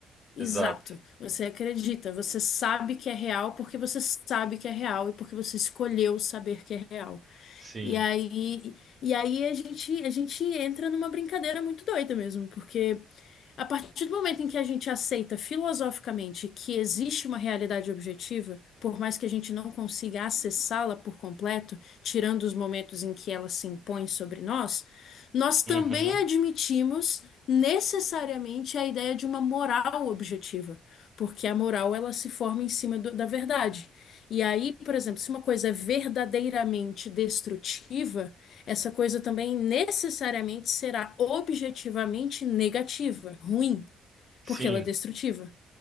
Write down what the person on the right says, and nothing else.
Exato.
Sim.
Uhum.
Sim,